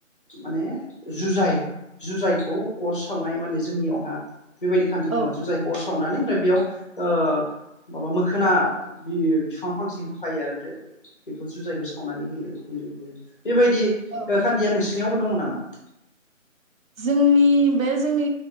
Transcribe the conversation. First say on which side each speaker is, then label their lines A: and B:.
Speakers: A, on the left; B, on the right.
A: माने जुजाइ जुजाइखौ अर सावनाय माने जोंनियावहा। बेबायदि खान्थि
B: औ
A: दंङ जुजाइखौ अर। सावनानै बा बेयाव ओ माबा मोखोना। बियो बिफां फांसे होफायो आरो <unintelligible> बेखौ जुजायखौ सावनानै होयो। बेबायदि
B: औ
A: ओ
B: नंगौ
A: खान्दिया नोंसिनियावबो दंमोन नामा? <inaudible>
B: जोंनि बे जोंनि